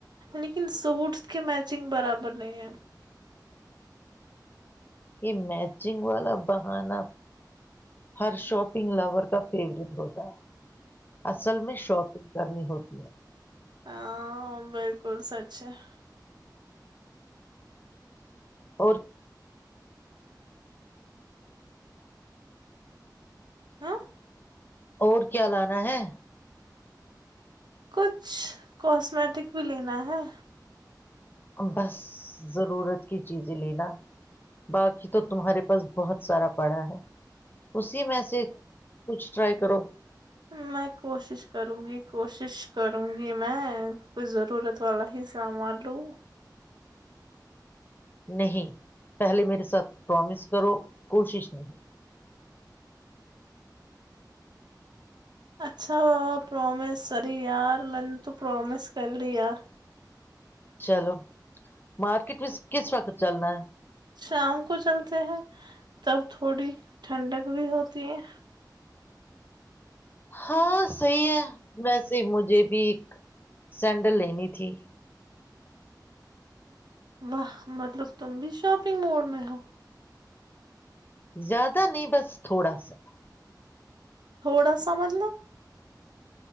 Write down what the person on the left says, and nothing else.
یہ میچنگ والا بہانا ہر شاپنگ لور کا فیوریٹ ہوتا ہے اصل میں شاپنگ کرنی ہوتی ہے
اور
اور کیا لانا ہے
بس ضرورت کی چیزیں لینا باقی تو تمہارے پاس بہت سارا پڑا ہے اسی میں سے کچھ ٹرائی کرو
نہیں پہلے میرے ساتھ پرامس کرو کوشش نہیں
چلو مارکیٹ میں کس وقت چلنا ہے
ہاں صحیح ہے ویسے مجھے ویک سینڈل لینی تھی
زیادہ نہیں بس تھوڑا سا